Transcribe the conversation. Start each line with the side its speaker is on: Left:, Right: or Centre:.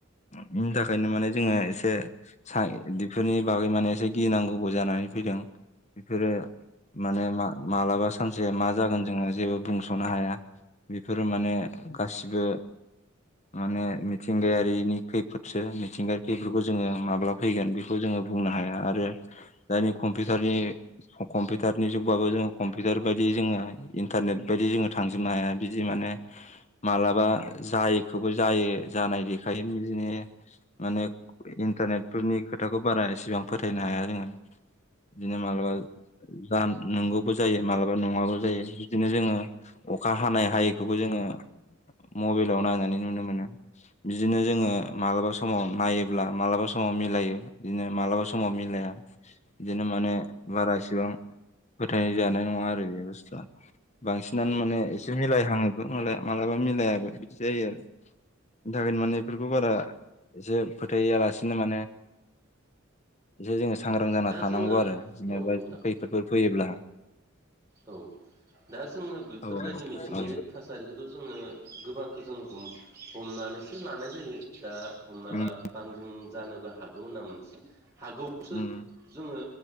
Left: बिनि थाखायनो माने जोङो एसे बेफोरनि बागै माने एसे गिनांगौबो जानानै फैदों बेफोरो माने मालाबा सानसेया मा जागोन जोङो जेबो बुंस'नो हाया। बेफोरो माने गासिबो माने मिथिंगायारिनि खैफोदसो मिथिंगायारि खैफोदफोरखौ जोङो माब्ला फैगोन बेखौ जोङो बुंनो हाया आरो दनि कम्पिउटारनि कम्पिउटारनि जुगबाबो जों कम्पिउटार बायदि जोङो इन्टारनेट बायदि जोङो थांजोबनो हाया बिदि माने मालाबा जायखौबो जायो जानाय देखायो बिदिनो माने इन्टारनेटफोरनि खोथाखौ बारा एसेबां फोथायनो हाया जोङो। बिदिनो मालाबा जान नोंगौ जायो मालाबा नङाबो जायो बिदिनो जोङो अखा हानाय हायैखौबो जोङो मबाइलाव नायनानै नुनो मोनो बिदिनो जोङो मालाबा समाव नायोब्ला मालाबा समाव समाव मिलायो बिदिनो मालाबा समाव मिलाया बिदिनो माने बारा इसेबां फोथाय जानाय नङा आरो बे बुस्थुआ बांसिनानो
Right: औ
Left: माने एसे मिलायहाङोबो मालाबा मिलायाबो बिदि जायो आरो दार माने बेफोरखौ बारा एसे फोथायालासिनो माने एसे जोङो सांग्रां जाना
Right: दा
Left: थानांगौ
Right: जोङो
Left: आरो जेनेबा
Right: औ नोंथां
Left: खैफोदफोर फैयोब्ला
Right: औ दा जोङो बेफोरबायदि
Left: औ
Right: मिथिंगायारि
Left: औ
Right: थासारिखौथ' जोङो गोबां खौ जों हमनानैसो लानाय जायो दा हमना
Left: उम
Right: ला बांग्रिं जानोबो हागौ होनना मोनसे हागौआवसो
Left: उम
Right: जोङो